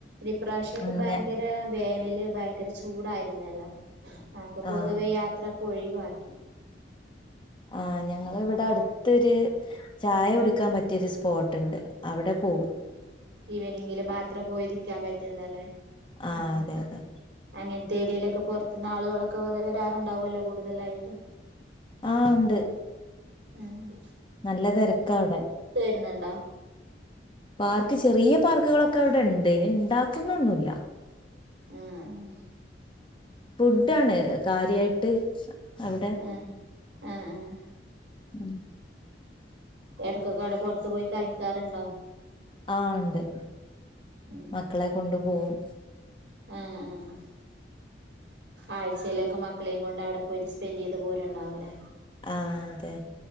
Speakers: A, on the right; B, on the left.
A: ഈ പ്രാവശ്യത്തെ
B: ഉം
A: ഭയങ്കര
B: ഞ
A: വേനല് ഭയങ്കര ചൂടായിരുന്നല്ലോ അപ്പൊ പൊതുവെ
B: ആ
A: യാത്രൊക്കെ ഒഴിവാക്കി
B: ആ ഞങ്ങള് ഇവിടെ അടുത്തൊരു ചായ കുടുക്കാൻ പറ്റിയൊരു സ്പോട്ടുണ്ട് അവിടെ പ്പോവും
A: ഈവനിങ്ങില് മാത്രം പോയിരിക്കാൻ പറ്റുന്നല്ലേ
B: ആ
A: ഉം
B: അതെ അതെ
A: അങ്ങന ത്തേരിയയിലൊക്കെ പൊറത്തുന്ന് ആളുകളൊക്കെ പൊതുവെ വരാറുണ്ടാവുവല്ലോ കൂടുതലായിട്ട്
B: ആ ഉണ്ട്
A: ആഹ്
B: നല്ല തെരക്കാ അവിടെ
A: വരണണ്ടോ
B: പാർക്ക് ചെറിയ പാർക്കുകളൊക്കെ അവിടെ ഉണ്ട് ഇനി ഇണ്ടാക്കുന്നൊന്നു ഇല്ല
A: ഉം
B: ഫുഡ് ആണ് കാര്യായിട്ട് അവിടെ
A: ഉം ആഹ് -ആഹ്
B: ഉം
A: ഇടക്കൊക്കെ അടെ പൊറത്തു പോയി കഴിക്കാറുണ്ടോ
B: ആഹ് ഉണ്ട്
A: ഉം
B: മക്കളെ കൊണ്ടു പോവും
A: ആ -ആ ആഴ്ചയിലൊക്കെ മക് ക്കളെയും കൊണ്ട് അവിടെ പോയിട്ട് സ്പെൻ് ചെയ്തു പോരുണ്ടാവല്ലേ
B: ആ അതെ